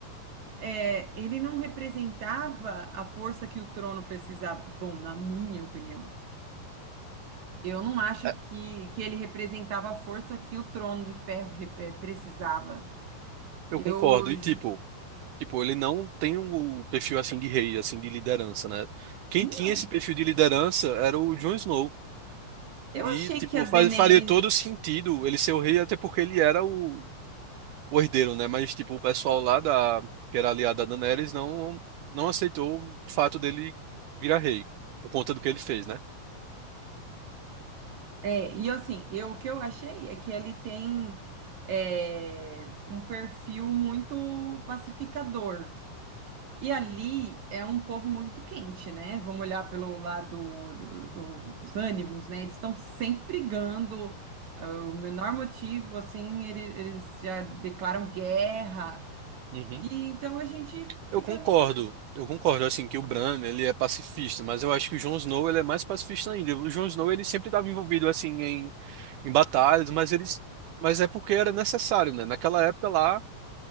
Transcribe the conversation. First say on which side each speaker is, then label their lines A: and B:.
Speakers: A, on the right; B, on the right.
A: é, ele não representava a força que o trono precisava. Bom, na minha opinião. Eu não acho
B: É,
A: que, que ele representava a força que o Trono de Ferro re- eh, precisava.
B: eu
A: Eu
B: concordo. E
A: ju-
B: tipo, tipo, ele não tem um, o perfil assim de rei, assim, de liderança, né? Quem
A: não.
B: tinha esse perfil de liderança era o Jon Snow.
A: Eu
B: E,
A: achei
B: tipo,
A: que a Daenerys
B: faz- faria todo sentido ele ser o rei, até porque ele era o, o herdeiro, né? Mas, tipo, o pessoal lá da, que era aliado a Daenerys não, não aceitou o fato dele virar rei, por conta do que ele fez, né?
A: é, e assim, eu o que eu achei é que ele tem é, um perfil muito pacificador. E ali é um povo muito quente, né? Vamos olhar pelo lado dos os ânimos, né? Eles estão sempre brigando. ah, O menor motivo, assim, ele- eles já declaram guerra.
B: Uhum.
A: E então a gente fica
B: Eu concordo,
A: meio
B: eu concordo, assim, que o Bran, ele é pacifista, mas eu acho que o Jon Snow, ele é mais pacifista ainda. O Jon Snow, ele sempre estava envolvido, assim, em, em batalhas, mas eles, mas é porque era necessário, né? Naquela época lá,